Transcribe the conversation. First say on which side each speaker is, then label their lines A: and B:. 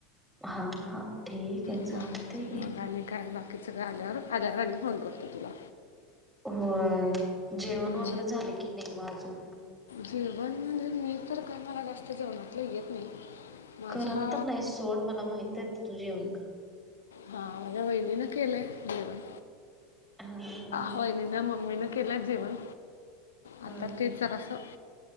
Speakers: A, in the centre; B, on the left.
A: हा हा ठीक य
B: बरं
A: चालतंय की.
B: मग आणि काय <unintelligible> बाकीच काय आल्यावर आल्यावर आणि फोन करतो तुला.
A: होय जेवण
B: हम्म.
A: वगैरे झाले की नाही मग अजून?
B: जेवण म्हणजे मी तर काय मला जास्त जेवणातलं येत नाही. माझ्या
A: करत तर नाही सोड मला माहित आहे तुझी <unintelligible>
B: हा माझ्या वहिणी न केलय जेवण.
A: हां.
B: वहिनीन, मम्मीनं केलय जेवण आता
A: हा
B: तेच जरासं